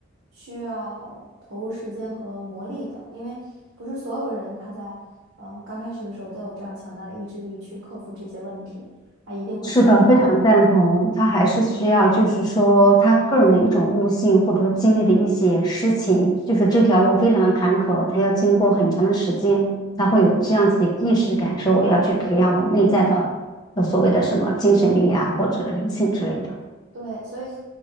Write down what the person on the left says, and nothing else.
是的，非常赞同。他还是需要，就是说他个人的一种悟性，或者说经历的一些事情，就是这条路非常的坎坷，他要经过很长的时间，他会有这样子的意识感受。说我要去培养我内在的，呃，所谓的什么精神力啊，或者灵性之类的。